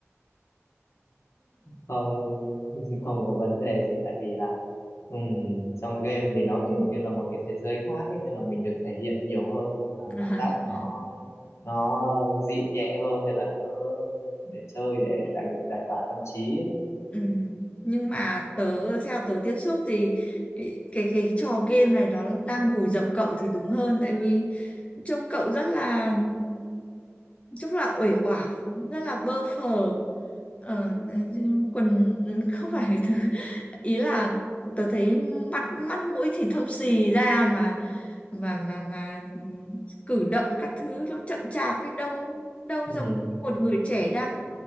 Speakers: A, on the left (about 70°); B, on the left (about 25°).
A: không <laughs> không có vấn đề gì tại vì là ừm, trong game thì nó kiểu như là một cái thế giới khác ấy, nên là mình được thể hiện nhiều hơn và
B: <laughs>
A: cảm giác nó nó dịu nhẹ hơn nên là tớ để chơi để giải giải tỏa tâm trí ấy.
B: ừ. nhưng mà tớ theo tớ tiếp xúc thì cái, cái cái trò game này nó đang vùi dập cậu thì đúng hơn tại vì trông cậu rất là rất là uể oải rất là bơ phờ ờ, <laughs> quần ừ, không phải <laughs> thứ ý là tớ thấy mắt mắt mũi thì thâm xì ra mà mà mà mà cử động các thứ nó chậm chạp biết đâu đâu
A: Ừm,
B: giống một người trẻ đang